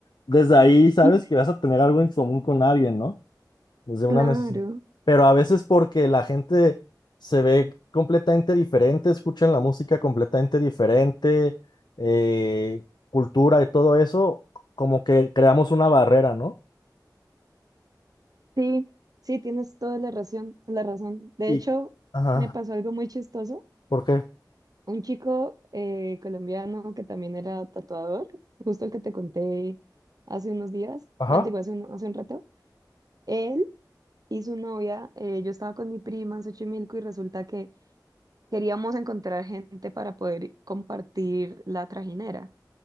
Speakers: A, on the left (about 80°); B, on the right (about 55°).
A: Desde ahí sabes
B: <laughs>
A: que vas a tener algo en común con alguien, ¿no? Desde
B: Claro,
A: una Sí. necesidad. Pero a veces porque la gente se ve completamente diferente, escuchan la música completamente diferente, eh, cultura y todo eso, como que creamos una barrera, ¿no?
B: sí, sí, tienes toda la razón, la razón. De
A: Y,
B: hecho,
A: ajá,
B: me pasó algo muy chistoso.
A: ¿por qué?
B: Un chico eh, colombiano que también era tatuador, justo el que te conté hace unos días,
A: Ajá.
B: ah, digo, hace un, hace un rato, él y su novia, eh, yo estaba con mi prima en Xochimilco y resulta que queríamos encontrar gente para poder compartir la trajinera.